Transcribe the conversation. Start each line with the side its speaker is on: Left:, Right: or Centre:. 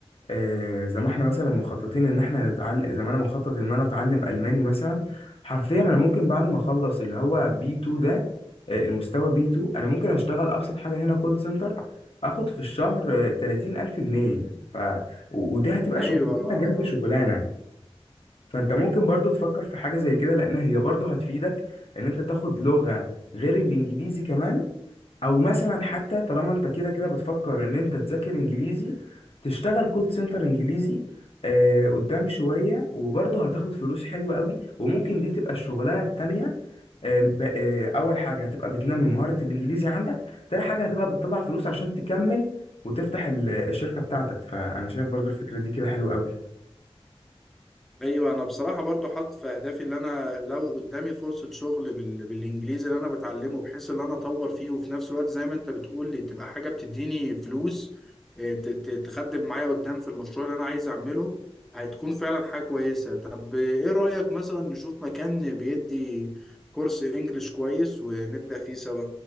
Left: آه، زي ما احنا مثلا مخططين ان احنا نتعلم زي ما انا مخطط ان انا اتعلم الماني مثلا حرفيا انا ممكن بعد ما اخلص اللي هو بي 2 ده آه، المستوى بي 2 انا ممكن اشتغل ابسط حاجه هنا كول سنتر اخد في الشهر آه، تلاتين الف جنيه ف و- ودي هتبقى
Centre: ايوه
Left: شغلانه
Centre: اه
Left: جنب شغلانه فانت ممكن برضو تفكر في حاجه زي كده لان هي برضو هتفيدك ان انت تاخد لغه غير الانجليزي كمان او مثلا حتى طالما انت كده كده بتفكر ان انت تذاكر انجليزي تشتغل كول سنتر انجليزي آه قدام شوية وبرضه هتاخد فلوس حلوة قوي وممكن دي تبقى الشغلانة التانية آه ب- آه اول حاجة هتبقى بتنمي مهارة الانجليزي عندك تاني حاجة هتبقى بتطلع فلوس عشان تكمل وتفتح ال- الشركة بتاعتك فانا شايف برضه الفكرة دي كده حلوة قوي
Centre: ايوه انا بصراحه برضو حاطط في اهدافي اللي انا لو قدامي فرصه شغل بال... بالانجليزي اللي انا بتعلمه بحيث ان انا اطور فيه وفي نفس الوقت زي ما انت بتقول لي تبقى حاجه بتديني فلوس آه، ت... ت... تخدم معايا قدام في المشروع اللي انا عايز اعمله هتكون فعلا حاجه كويسه طب آه، ايه رايك مثلا نشوف مكان بيدي كورس انجليش كويس ونبدا فيه سوا